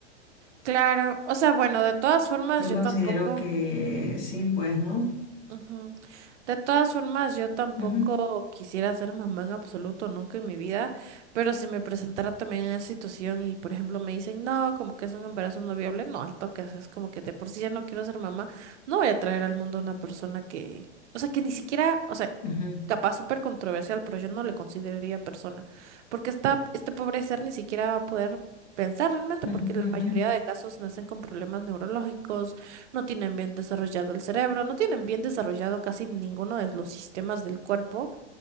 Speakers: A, on the right; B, on the left.
A: Claro, o sea, bueno, de todas formas,
B: Yo
A: yo
B: considero
A: tampoco.
B: que sí, pues, ¿no?
A: ujú. De todas formas, yo tampoco
B: Ujú,
A: quisiera ser mamá en absoluto, nunca en mi vida, pero si me presentara también en esa situación y, por ejemplo, me dicen, no, como que es un embarazo no viable, no, al toque, o sea, es como que de por sí ya no quiero ser mamá, no voy a traer al mundo a una persona que, o sea, que ni siquiera, o sea,
B: ujú,
A: capaz súper controversial, pero yo no le consideraría persona, porque esta, este pobre ser ni siquiera va a poder pensar realmente,
B: ujú,
A: porque la
B: ujú,
A: mayoría de casos nacen con problemas neurológicos no tienen bien desarrollado el cerebro, no tienen bien desarrollado casi ninguno de los sistemas del cuerpo